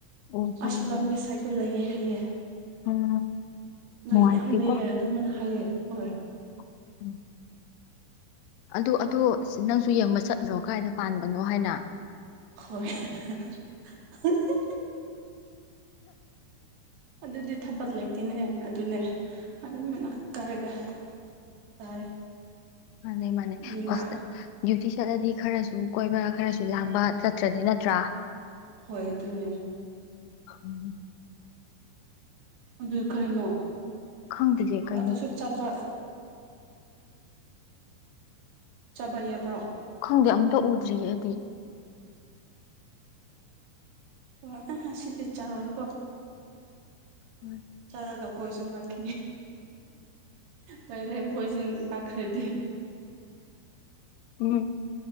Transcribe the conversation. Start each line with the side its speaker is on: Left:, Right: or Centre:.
Left: ꯑꯣ ꯍꯣꯏ
Right: ꯑꯁꯤ
Left: ꯍꯣꯏ
Right: ꯂꯝꯕꯤ ꯁꯥꯏꯠꯇ ꯂꯩꯌꯦ ꯍꯩꯌꯦ
Left: ꯍꯣꯏ
Right: ꯑꯗꯣ
Left: ꯅꯨꯡꯉꯥꯏꯇꯦꯀꯣ
Right: ꯌꯥꯝ ꯂꯩꯌꯦ ꯑꯗꯨꯝꯕꯅ ꯍꯥꯏꯌꯦ ꯍꯣꯏ
Left: ꯎꯝ ꯑꯗꯨ ꯑꯗꯣ ꯅꯪꯁꯨ ꯌꯦꯡꯕ ꯆꯠꯂꯣ ꯀꯥꯏꯗ ꯄꯥꯟꯕꯅꯣ ꯍꯥꯏꯅ
Right: ꯍꯣꯏ ꯍꯥ ꯍꯥ ꯍꯤ ꯍꯤ ꯑꯗꯨꯗꯤ ꯊꯝꯕꯜ ꯂꯩꯇꯦꯅꯦ ꯑꯗꯨꯅꯦ ꯑꯗꯨ ꯃꯅ ꯀꯥꯔꯒ ꯇꯥꯏ
Left: ꯃꯥꯅꯦ ꯃꯥꯅꯦ
Right: ꯌꯦꯡꯕ
Left: ꯍꯣꯁꯇꯦꯜ ꯗꯤꯌꯨꯇꯤ ꯆꯠꯂꯗꯤ ꯈꯔꯁꯨ ꯀꯣꯏꯕ ꯈꯔꯁꯨ ꯂꯥꯡꯕ ꯆꯠꯇ꯭ꯔꯗꯤ ꯅꯠꯇ꯭ꯔ
Right: ꯍꯣꯏ ꯑꯗꯨ ꯅꯦ
Left: <inaudible>
Right: ꯑꯗꯨ ꯀꯔꯤꯅꯣ
Left: ꯈꯪꯗꯦꯌꯦ ꯀꯩꯅꯣ
Right: ꯑꯗꯨꯁꯨ ꯆꯠꯄ ꯆꯥꯕ ꯌꯥꯕ꯭ꯔꯣ
Left: ꯈꯪꯗꯦ ꯑꯝꯇ ꯎꯗ꯭ꯔꯤꯌꯦ ꯑꯩꯗꯤ
Right: ꯑꯣ ꯑꯦ ꯁꯤꯗꯤ ꯆꯥꯔꯣꯏꯀꯣ
Left: ꯍꯣꯏ
Right: ꯆꯠꯂꯒ ꯄꯣꯏꯖꯟ ꯂꯥꯛꯈꯤꯅꯤ ꯂꯣꯏꯔꯦ ꯄꯣꯏꯖꯟ ꯂꯥꯛꯈ꯭ꯔꯗꯤ
Left: ꯎꯝ